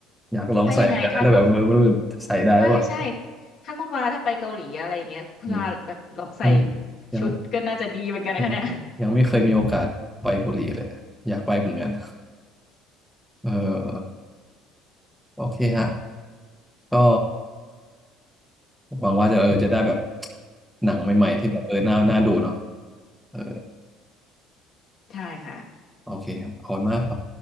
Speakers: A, in the centre; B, on the left.
A: อยากลองใส่เหมือนกันนะแต่แบบเออไม่รู้จะใส่ได้หรือเปล่า
B: ถ้ายังไงถ้าคุณใช่ใช่ถ้าคุณวาถ้าไปเกาหลีอะไรอย่างเงี้ยคุณวาแบบลองใส่
A: อืมยังยัง
B: ชุดก็น่าจะดีเหมือนกันนะคะเนี่ย
A: ยังยังไม่เคยมีโอกาสไปเกาหลีเลยอยากไปเหมือนกันเออโอเคฮะ ก็หวังว่าจะเออจะได้แบบหนังใหม่ๆที่แบบเออน่าน่าดูเนาะเออ
B: ใช่ค่ะ
A: โอเคครับขอบคุณมากครับ